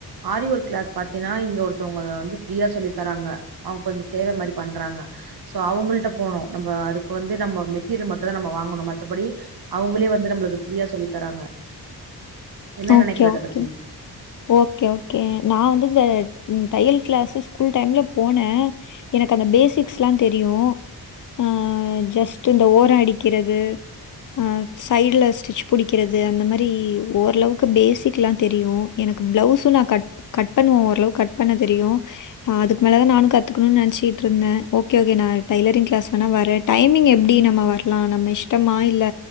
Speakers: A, on the right (about 65°); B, on the left (about 50°).
A: ஆரி ஒர்க் கிளாஸ் பாத்தீய்ன்னா இங்க ஒருத்தவங்க வந்து ஃப்ரியா சொல்லி தராங்க அவங் கொஞ்சொ சேவ மாரி பண்றாங்க சோ அவங்கள்ட போணு நம்ப அதுக்கு வந்து நம்ம மெட்டீரியல் மட்டுந்தா நம்ம வாங்கணு மத்தபடி அவங்களே வந்து நம்மளுக்கு ஃப்ரீயா சொல்லி தராங்க என்ன நெனைக்கிற
B: ஓகே,
A: அத
B: ஓகே.
A: பத்தி
B: ஓகே ஓகே நா வந்து இந்த இந் தையல் கிளாஸஸ் ஸ்கூல் டைம்ல போன எனக்கு அந்த பேசிக்ஸ்ல்லா தெரியு அஹ் ஜஸ்ட் இந்த ஓரோ அடிக்கிறது அஹ் சைடுல ஸ்டிச் புடிக்கிறது அந்த மாரி ஓரளவுக்கு பேசிக்ல்லா தெரியு எனக்கு பிளவுஸு நா கட் கட் பண்ணுவ ஓரளவுக்கு கட் பண்ண தெரியு அதுக்கு மேலதா நானு கத்துக்கணுன் நெனச்சுகிட்ருந்த ஓகே ஓகே நா டைய்லரிங் கிளாஸ் வேணா வரே டைமிங் எப்டி நம்ம வரலா நம்ம இஷ்டமா இல்ல